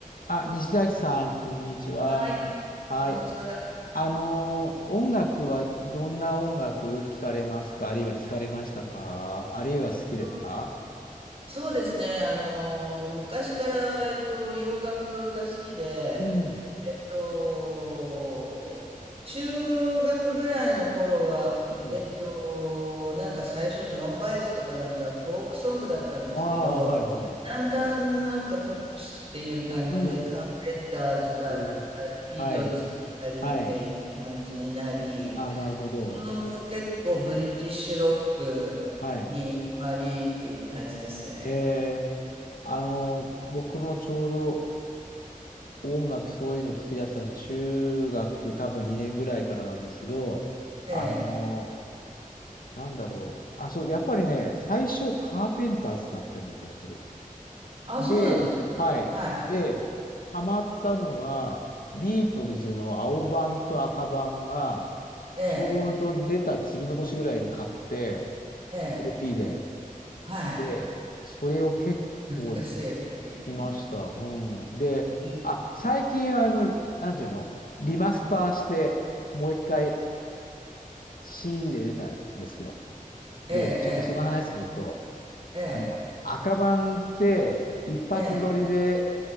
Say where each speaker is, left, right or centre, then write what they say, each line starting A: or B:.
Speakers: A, on the left; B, on the right.
A: あ、西崎さん、こんにちは。
B: はい、
A: はい。
B: こんにちは。
A: あのー音楽はどんな音楽をよく聞かれますかあるいは聞かれましたかあるいは好きですか
B: そうそうですね、あのー、昔から、えっと、洋楽が好きで、
A: うん。
B: えっと、中学ぐらいの頃は、
A: うん。
B: えっと、なんか最初、ジョン・バイズとかなんかフォークソングだったんですけど、
A: ああ、はいはい。
B: だんだんなんかポップスっていう感じで、
A: うん。
B: カーペンターズだったり、
A: うん
B: ビートルズだったりっていう感じになり、
A: はい。はい。あ、なるほど。
B: その後結構ブリティッシュロックにハマりっていう感じですね。
A: はい。えー、あのー僕もちょうど音楽そういうの聞き出したの中学多分2年ぐらいからなんですけど、
B: ええ。
A: あのなんだろう。あ、そう、やっぱりね、最初カーペンターズだったような気がする。
B: あ、
A: で、
B: そうなんですか。
A: はい。
B: はい。
A: で、ハマったのが、ビートルズの青版と赤版が、
B: ええ。
A: ちょうど出た次の年ぐらいに買って、
B: ええ。
A: LP で。
B: はい。
A: で、それを結構ずっと聞きました。
B: 懐かしいエルピ
A: うん。で、
B: ーうん。
A: あ、最近、あの、なんていうのリマスターして、もう一回 CD で出たんですよ。
B: ええ、
A: で、ちょっとその話すると、
B: ええ、ええ、
A: あの、赤版って一発撮りで
B: ええ。